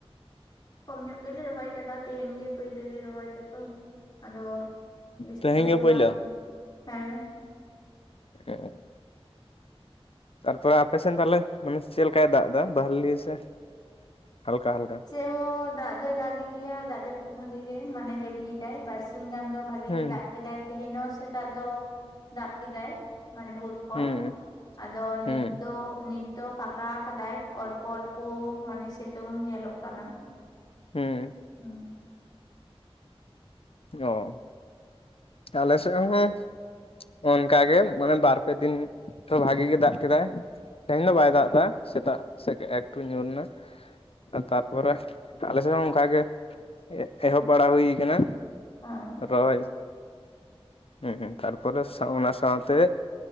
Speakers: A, on the left (about 45°); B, on the left (about 65°).
A: ᱠᱚᱢ ᱧᱚᱜ ᱜᱮᱞᱮ ᱨᱚᱦᱚᱭ ᱟᱠᱟᱫᱟ ᱛᱮᱦᱮᱧ ᱜᱮ ᱯᱳᱭᱞᱟᱹ ᱞᱮ ᱨᱚᱦᱚᱭ ᱫᱟᱛᱚ ᱟᱫᱚ᱾ ᱵᱤᱥᱛᱤ
B: ᱛᱮᱦᱮᱧ
A: ᱧᱚᱜ
B: ᱜᱮ
A: ᱫᱚ
B: ᱯᱳᱭᱞᱳ
A: ᱵᱟᱝ ᱦᱮᱸ᱾
B: <unintelligible> ᱛᱟᱨᱯᱚᱨᱮ ᱟᱯᱮᱥᱱ ᱛᱟᱦᱟᱞᱮ ᱢᱟᱱᱮ ᱪᱮᱫ ᱞᱮᱠᱟᱭ ᱫᱟᱜ ᱮᱫᱟ ᱵᱟᱦᱞᱤ ᱥᱮ ᱦᱟᱞᱠᱟ ᱦᱟᱞᱠᱟ᱾
A: ᱦᱚ ᱫᱟᱜ ᱫᱚᱭ ᱫᱟᱜ ᱮᱫ ᱜᱮᱭᱟ ᱫᱟᱜ ᱡᱟᱹᱯᱩᱫ ᱵᱷᱟᱜᱤ ᱜᱮ ᱢᱟᱱᱮ ᱡᱟᱹᱲᱤᱭᱮᱫᱟᱭ ᱵᱟᱨᱥᱤᱧ ᱜᱟᱱ ᱫᱚ ᱵᱷᱟᱜᱼᱼ ᱵᱷᱟᱜᱮ
B: ᱦᱩᱸ
A: ᱜᱮ ᱫᱟᱜ ᱠᱮᱫᱟᱭ ᱛᱮᱦᱮᱧ ᱦᱚᱸ ᱥᱮᱛᱟᱜ ᱫᱚ ᱫᱟᱜ ᱠᱮᱫᱟᱭ ᱢᱟᱱᱮ ᱵᱷᱩᱨ ᱠᱷᱚᱱ
B: ᱦᱩᱸ
A: ᱟᱫᱚ
B: ᱦᱩᱸ
A: ᱱᱤᱛ ᱫᱚ ᱱᱤᱛ ᱫᱚ ᱯᱷᱟᱸᱠᱟ ᱟᱠᱟᱫᱟᱭ ᱚᱞᱯᱚ ᱚᱞᱯᱚ ᱢᱟᱱᱮ ᱥᱤᱛᱩᱝ ᱧᱮᱞᱚᱜ ᱠᱟᱱᱟ᱾
B: ᱦᱩᱸ
A: ᱦᱩᱸ
B: ᱚ ᱟᱞᱮ ᱥᱮᱫ ᱦᱚᱸ ᱚᱱᱠᱟᱜᱮ ᱢᱟᱱᱮ ᱵᱟᱨ ᱯᱮ ᱫᱤᱱ ᱵᱷᱟᱜᱤ ᱜᱮ ᱫᱟᱜ ᱠᱮᱫᱟᱭ᱾ ᱛᱮᱦᱮᱧ ᱫᱚ ᱵᱟᱭ ᱫᱟᱜ ᱫᱟ ᱥᱮᱛᱟᱜ ᱥᱮᱫ ᱮᱠᱴᱩ ᱧᱩᱨ ᱮᱱᱟ᱾ ᱛᱟᱨᱯᱚᱨᱮ ᱟᱞᱮ ᱥᱮᱫ ᱦᱚᱸ ᱚᱱᱠᱟ ᱜᱮ ᱮᱦᱚᱵ ᱵᱟᱲᱟ ᱦᱩᱭ ᱟᱠᱟᱱᱟ᱾
A: ᱦᱚᱸ
B: ᱨᱚᱭ ᱦᱩᱸ ᱛᱟᱨᱯᱚᱨ ᱚᱱᱟ ᱥᱟᱶᱛᱮ